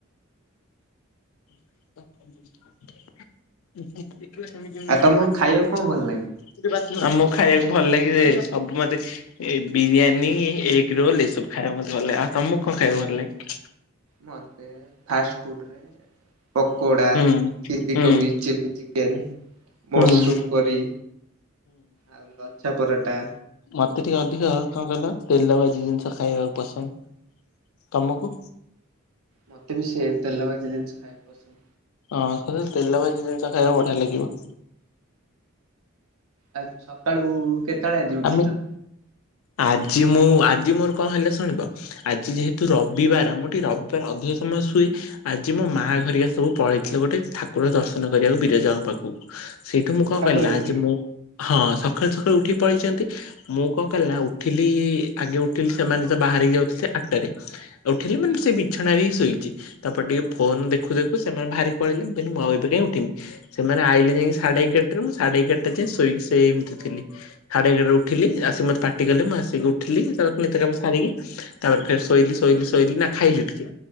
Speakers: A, on the left (about 75°); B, on the right (about 85°).
A: <inaudible> କିବା ସେମିତି ନୁହେଁ
B: ଆଉ ତମକୁ
A: <unintelligible>
B: ଖାଇବାକୁ କଣ ଭଲ ଲାଗେ?
A: ଆମକୁ ଖାଇବାକୁ ଭଲ ଲାଗେ ଯେ ସବୁ ମୋତେ ଏ ବିରିୟାନୀ, ଏଗ ରୋଲ୍, ଏସବୁ ଖାଇବା ମୋତେ ଭଲ ଲାଗେ। ଆଉ ତୋମକୁ କଣ ଖାଇବାକୁ ଭଲ ଲାଗେ?
B: ମୋତେ ଫାଷ୍ଟ ଫୁଡ୍ ରେ ପକୋଡ଼ା,
A: ହୁଁ
B: ଚିଲ୍ଲୀ
A: ହୁଁ
B: କୋବି, ଚିଲ୍ଲି ଚିକେନ୍
A: ହୁଁ
B: ମସରୁମ୍ କରି ଆଉ ଲଛ୍ଛା ପରାଟା।
A: ମୋତେ ଟିକେ ଅଧିକ କଣ କହିଲ ତେଲ ଭାଜି ଜିନିଷ ଖାଇବାକୁ ପସନ୍ଦ। ତୋମକୁ?
B: ମୋତେ ବି ସେ ତେଲ ଭାଜି ଜିନିଷ ଖାଇବା ପସନ୍ଦ।
A: ହଁ ଖାଲି ତେଲ ଭାଜି ଜିନିଷ ଖାଇବାକୁ ବଢିଆ ଲାଗିବ।
B: ଆ, ସକାଳୁ କେତେବେଳେ ଆଜି ଉଠିଲ?
A: ଆମେ ଆଜି ମୁଁ ଆଜି ମୋର କଣ ହେଲା ଶୁଣିବ ଆଜି ଯେହେତୁ ରବିବାର ମୁଁ ଟିକେ ରବିବାର ଅଧିକ ସମୟ ଶୁଏ ଆଜି ମୋ ମା ଘରିକା ସବୁ ପଳେଇଥିଲେ ଗୋଟେ ଠାକୁର ଦର୍ଶନ କରିବାକୁ ବିରଜାଙ୍କ ପାଖକୁ ସେଇଠୁ ମୁଁ କଣ
B: ଠାକୁର
A: କଲି ନା
B: କତିକି
A: ଆଜି ମୁଁ ହଁ ସକାଳୁ ସକାଳୁ ଉଠି ପଳେଇଛନ୍ତି ମୁଁ କଣ କଲି ନା ଉଠିଲି ଆଗେ ଉଠିଲି ସେମାନେ ତ ବାହାରିକି ଯାଉଥିଲେ ଆଟଟାରେ ଉଠିଲି ମାନେ ସେ ବିଛଣାରେ ହିଁ ଶୋଇଛି ତାପରେ ଟିକେ ଫୋନ ଦେଖୁ ଦେଖୁ ସେମାନେ ବାହରିକି ପଳେଇଲେ ମୁଁ କହିଲି କଁ ଉଠମି ସେମାନେ ଆଇଲେ ଯାଇକି ସାଢେ ଏଗାରଟାରେ ମୁଁ ସାଢେ ଏଗାରଟା ଯାଇ ଶୋଇକି ସେମିତି ଥିଲି। ସାଡେ ଏଗାରଟା ରେ ଉଠିଲି ଆସିି ମଟେ ପାଟି କଲେ ମୁଁ ଆସିକି ଉଠିଲି କାମ ସାରିକି ତାପରେ ଫେର ଶୋଇଲି ଶୋଇଲି ଶୋଇଲି ନା ଖାଇଲି ଟିକେ